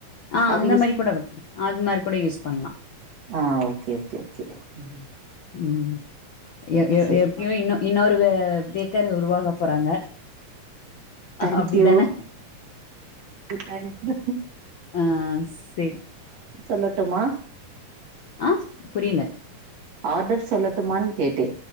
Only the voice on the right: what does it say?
அது
யூஸ்
ஆ ஓகே ஓகே ஓகே ம்
சரி
தேங்க்
யூ தேங்க் யூ
சொல்லட்டுமா
ஆர்டர் சொல்லட்டுமான்னு கேட்டே